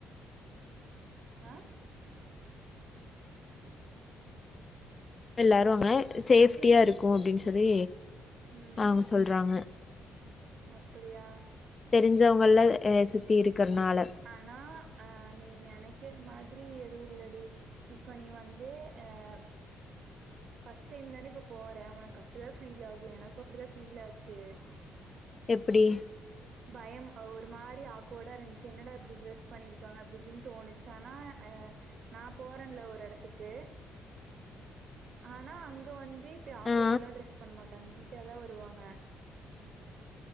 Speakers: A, on the right; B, on the left.
A: ஆஹ
B: எல்லாரு அங்க சேஃப்டியா இருக்கும் அப்படின்னு சொல்லி
A: உம்
B: அவங்க சொல்றாங்க
A: அப்படியா
B: தெரிஞ்சவங்களல சுத்தி இருக்கறனால
A: ஆனா அஹ் நீ நினைக்கிற மாதிரி எது இள்ளடி இப்ப நீ வந்து அஹ் ஃபர்ஸ்ட் டைம் தானே இப்ப போற உனக்கு அப்படிதான் ஃபீல் ஆகும் எனக்கும் அப்படிதான் ஃபீல் ஆச்சு <inaudible>
B: எப்டி
A: பயம் ஒரு மாரி ஆக்குவோடா இருச்சு என்னடா எப்படி ட்ரெஸ் பண்ணியிருக்காங்க அப்படி இப்படின்னு தோணுச்சு ஆனா அ நான் போரன்ல ஒரு எடத்துக்கு ஆனா அங்க வந்து இப்படி ஆக்வாட
B: ஆ
A: லா டிரரெஸ் பண்ண மாட் தங்கதா வருவாங்க